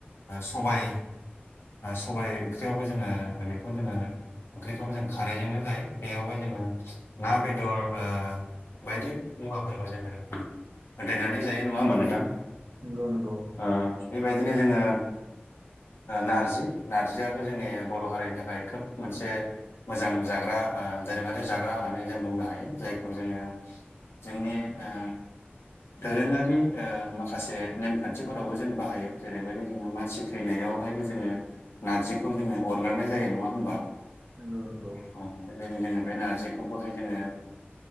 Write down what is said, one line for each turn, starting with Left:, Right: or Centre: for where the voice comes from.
Left: सबाय सबाय ओंख्रियावबो जोङो बे बे जोङो ओंख्रिखौबो जों खारैजोंनो जायो बेयाव <unintelligible> जोङो ना बेदर ओ बायदि मुवाफोरखौ जोङो होथैनानै जायो नङा होमबा नोंथां
Right: नंगौ नंगौ
Left: ओ- बेबायदिनो जोङो नारजि नारजियाथ' जोंनि बर' हारिनि थाखाय खोब मोनसे मोजां जाग्रा दोरोङारि जाग्रा होननानै जों बुंनो हायो जायखौ जोङो जोंनि ओ- दोरोङारि माखासे नेमखान्थिफोरावबो जों बाहायो जेरैबायदि जोङो मानसि थैनायावहायबो जोङो नारजिखौ जोङो अरगारनाय जायो नङा होमबा?
Right: नोंगौ नोंगौ
Left: अ बेबायदिनो जोङो बे नारजिखौबोहाय जोङो